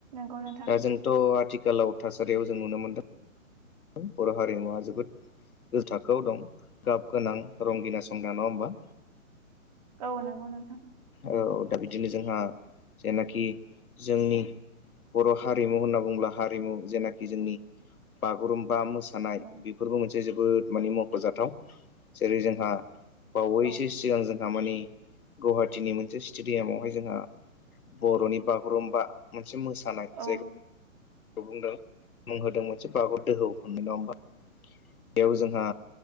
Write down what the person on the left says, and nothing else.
दा जोंथ' आथिखालाव थासारियाव जों नुनो मोनदों बर' हारिमुवा जोबोद गोजौ थाखोआव दं गाब गोनां रंगिना संगिना नङा होमबा
औ दा बिदिनो जोंहा जेनाखि जोंनि बर' हारिमु होनना बुंङोब्ला हारिमु जेनाखि जोंनि बागुरुम्बा मोसानाय
बेफोरबो मोनसे जोबोद माने मख'जाथाव जेरै जोंहा बावैसो
सिगां जोंहा मानि गुवाहाटिनि मोनसे स्टेडियामावहाय जोंहा बर'नि बागुरुम्बा मोनसे मोसानाय
जायगा जाय खौ बुंदों मुं होदों मोनसे बागुरुमबा दोहौ होननाय नङा होमबा बेयाव जोंहा